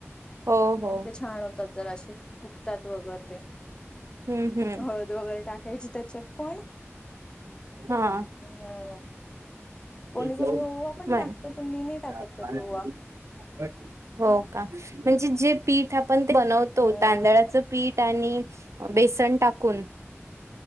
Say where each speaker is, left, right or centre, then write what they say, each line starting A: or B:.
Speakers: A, on the right (about 75°); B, on the left (about 20°).
A: हो हो
B: मग ते छान होतात जरासे फुगतात वगैरे
A: हम्म हम्म
B: हो च वगैरे टाकायची त्याच्यात पण
A: हा.
B: हम्म कोणी कोणी
A: जाऊ
B: ओवा पण
A: नाय
B: टाकत पण मी नाही टाकत
A: <unintelligible>
B: कधी ओवा
A: हो का म्हणजे जे पीठ आपण बनवतो
B: हम्म
A: तांदळाचं पीठ त्यांनी बेसन टाकून